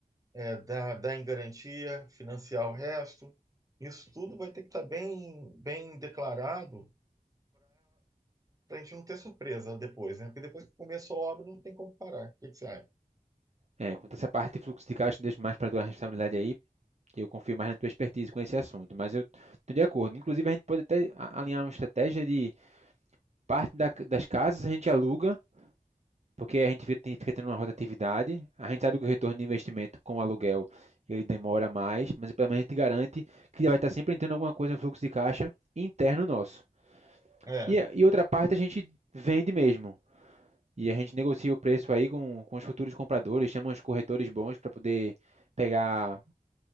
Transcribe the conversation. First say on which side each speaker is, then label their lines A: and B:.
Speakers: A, on the right; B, on the right.
A: é, dar, dar em garantia, financiar o resto. Isso tudo vai ter que estar bem, bem declarado Pra gente não ter surpresa depois, né? Porque depois que começou a obra, não tem como parar. O que que você acha?
B: É, quanto a essa parte de fluxo de caixa, deixo mais para a tua responsabilidade aí, que eu confio mais na tua expertise com esse assunto, mas eu estou de acordo. Inclusive, a gente pode até alinhar uma estratégia de parte da, das casas a gente aluga, porque a gente fica tendo uma rotatividade, a gente sabe que o retorno de investimento com o aluguel ele demora mais, mas pelo menos a gente garante que vai estar sempre entrando alguma coisa no fluxo de caixa interno nosso.
A: É,
B: E, e outra parte a gente vende mesmo, e a gente negocia o preço aí com, com os futuros compradores, chama os corretores bons para poder pegar,